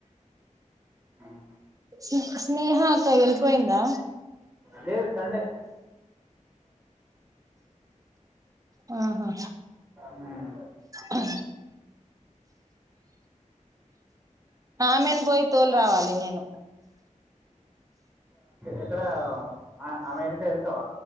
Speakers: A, in the centre; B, on the right.
A: ఉమ్.
B: <unintelligible> స్నేహ అక్క ఎల్పోయిందా
A: లేదు సండే
B: ఆహా
A: ఉమ్.
B: అ ఆమెను పోయి తోలు రావాలి నేను
A: ఎక్కడ ఆమె వెనక వెళ్తావ